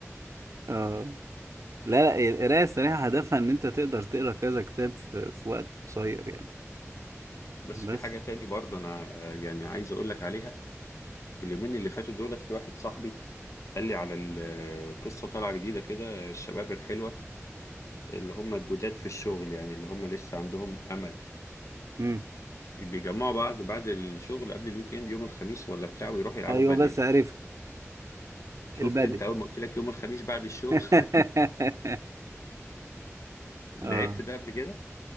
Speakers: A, on the right; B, on the left.
A: اه لا لا هي القراية السريعة هدفها إن أنت تقدر تقرا كذا كتاب في, في وقت قصير يعني
B: بس
A: بس
B: في حاجة تاني برضو انا آه، يعني عايز اقول لك عليها اليومين اللي فاتوا دولت في واحد صاحبي قال لي على ال- آه، قصة طالعة جديدة كده الشباب الحلوة اللي هم الجداد في الشغل يعني اللي هم لسه عندهم امل
A: مم.
B: بيجمعوا بعض بعد الشغل قبل الويك اند يوم الخميس ولا بتاع ويروحوا يلعبوا
A: أيوه
B: بدل
A: بس عرفت
B: شفت
A: البدل
B: انت اول ما قلت لك يوم الخميس بعد الشغل
A: <laughs>
B: <laughs> لعبت
A: اه
B: ده قبل كده